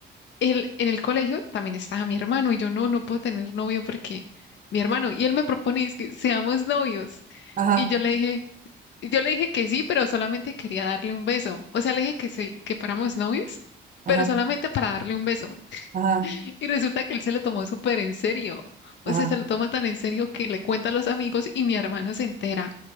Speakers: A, on the left; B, on the right.
A: él, en el colegio también estaba mi hermano y yo no, no puedo tener novio porque mi hermano y él me propone es que seamos novios.
B: ajá,
A: Y yo le dije, yo le dije que sí, pero solamente quería darle un beso. O sea, le dije que sí, que fuéramos novios,
B: ajá,
A: pero
B: ajá,
A: solamente para darle un beso.
B: ajá,
A: Y resulta que él se lo tomó súper en serio.
B: ajá,
A: O sea, se lo toma tan en serio que le cuenta a los amigos y mi hermano se entera.